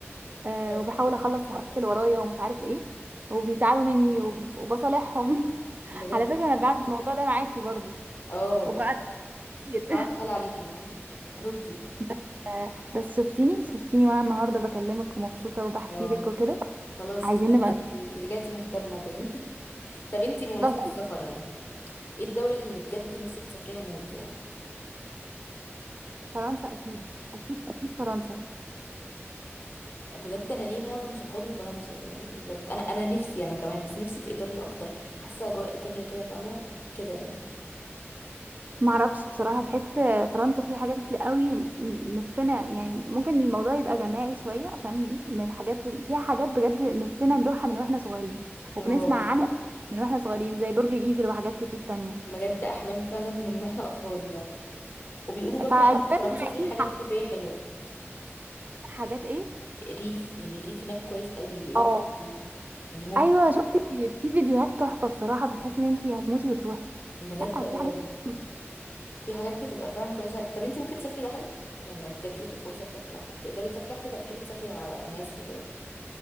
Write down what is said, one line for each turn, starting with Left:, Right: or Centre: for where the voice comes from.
Right: أه
Left: اه
Right: وبحاول أخلص الحاجات اللي ورايا ومش عارف إيه وبيزعلوا مني وب- وبصالحهم <laughs>
Left: بجد
Right: على فكرة أنا بعمل الموضوع ده معاكي برضو
Left: اه
Right: وبقى كتير
Left: بقعد حال عليكي فاهمة ردي
Right: بس بس شفتيني شفتيني وانا النهارده بكلمك ومبسوطه وبحكي
Left: اه
Right: لك وكده
Left: خلاص
Right: عايزين
Left: كده انتي
Right: نبقى
Left: رجعتي مهتمة تاني <laughs> طب انتي بمناسبة
Right: بس
Left: السفر يعني ايه الدولة اللي بجد نفسك تسافريها موت يعني
Right: فرنسا اكيد اكيد اكيد فرنسا
Left: بجد انا ليه معظم صحابي فرنسا كده يعني بجد انا انا نفسي انا كمان بس نفسي في ايطاليا اكتر حاسة اجواء ايطاليا كده فاهمة كده يعني
Right: معرفش بصراحه بحس فرنسا فيه حاجات كتير قوي م- نفسنا يعني ممكن الموضوع يبقى جماعي شويه عشان من الحاجات ال- فيها حاجات بجد نفسنا نروحها من واحنا صغيرين وبنسمع
Left: اه
Right: عنها من واحنا صغيرين زي برج ايفل وحاجات كتير تانية
Left: بجد احلام فعلا من واحنا اطفال فعلا وبيقولوا برضه
Right: فكبرنا
Left: على فكرة فرنسا
Right: عايزين
Left: فيها حاجات
Right: ح-
Left: ريفية حلوة
Right: حاجات ايه
Left: ريف يعني الريف هناك كويس قوي بيقولوا
Right: اه
Left: حلو الريف يعني ممتع
Right: ايوه شفت في فيديوهات تحفه بصراحه بتحس ان انت هتموتي وتروحي
Left: بجد
Right: لا
Left: اه
Right: في حاجات كتير.
Left: في حاجات بتبقى فعلا كويسة طب انت ممكن تسافري لوحدك يعني لو جاتلك الفرصة تسافري لوحدك تقدري تسافري لوحدك هتحبي تسافري مع ناس وكده